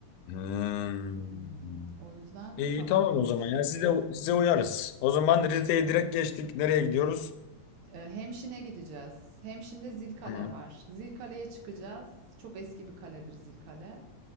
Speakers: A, on the left (about 85°); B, on the right (about 75°).
A: Hmm.
B: Hmm, o yüzden
A: Ee,
B: sana
A: İyi tamam
B: kalmış.
A: o zaman Yani size size uyarız. O zaman Rize'ye direkt geçtik. Nereye gidiyoruz?
B: E, Hemşin'e gideceğiz. Hemşin'de Zilkale
A: Tamam.
B: var. Zilkale'ye çıkacağız. Çok eski bir kaledir Zilkale.